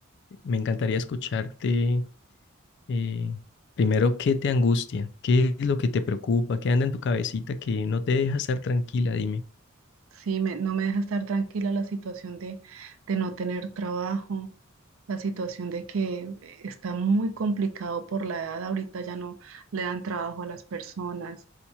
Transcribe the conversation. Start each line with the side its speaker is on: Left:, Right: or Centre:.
Left: me encantaría escucharte, eh, primero, ¿qué te angustia? ¿Qué es lo que te preocupa? ¿Qué anda en tu cabecita que no te deja estar tranquila? Dime.
Right: Sí, me- no me deja estar tranquila la situación de, de no tener trabajo, la situación de que eh, está muy complicado por la edad. Ahorita ya no le dan trabajo a las personas,